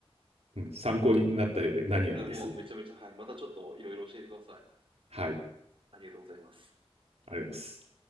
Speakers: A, on the right (about 85°); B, on the right (about 55°).
A: うん。参考になったようで何よりです。
B: あ、もうめちゃめちゃ、はい。またちょっといろいろ教えてください。
A: はい。
B: ありがとうございます。
A: ありがとうございます。